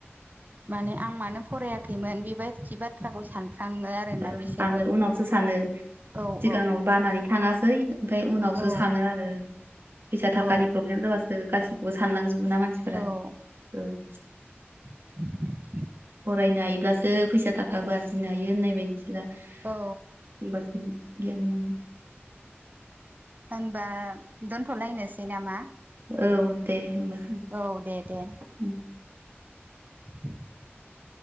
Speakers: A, on the right (about 40°); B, on the right (about 60°).
A: माने आं मानो फरायाखैमोन बेबायदि बाथ्राखौ सानो। सानो आरोना
B: ओं
A: बिसोरबो
B: सानो उनावसो सानो
A: औ
B: सिगाङाव
A: औ
B: बानानै थाङासै ओमफ्राय उनावसो
A: औ
B: सानो आरो फैसा थाखानि
A: औ
B: प्रब्लेम जाबासो गाैखौबो साननांजोबो ना मानसिफोरा
A: औ
B: <unintelligible>
A: <inaudible>
B: फरायनो हायोब्लासो फैसा थाखा आरजिनो हायो होननाय बायदिसोना होनबासो
A: औ
B: उम गियान मोनो।
A: होनबा दोनथ'लायनोसै नामा?
B: औ दे होमबा
A: औ दे दे
B: उम
A: <inaudible>